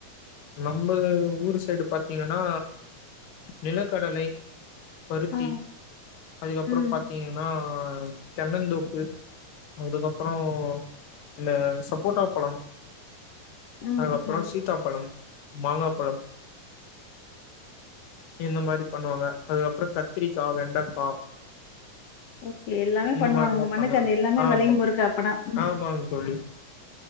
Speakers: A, on the left; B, on the left.
A: நம்பது ஊரு சைடு பாத்தீங்கன்னா நிலக்கடலை பருத்தி
B: ஆ
A: அதுக்கப்பறம்
B: ம்
A: பாத்தீங்கன்னா தென்னந்தோப்பு அதுக்கப்பறோ இந்த சப்போட்டா பழம்
B: ம்
A: அதுக்கப்புறம்
B: ம் நல்லது.
A: சீதாப்பழம் மாங்காப்பழம் இந்த மாரி பண்ணுவாங்க அதுக்கப்பறம் கத்திரிக்கா வெண்டக்கா
B: ஓகே எல்லாமே
A: இந்த
B: பண்ணுவாங்க
A: மாதிரிலாம்
B: உங்க மண்ணுக்கு
A: பண்ணுவ
B: அந்த எல்லாமே
A: ஆமா
B: வெளையும் போருக்கு அப்பனா ம்
A: ஆமாங்க தோழி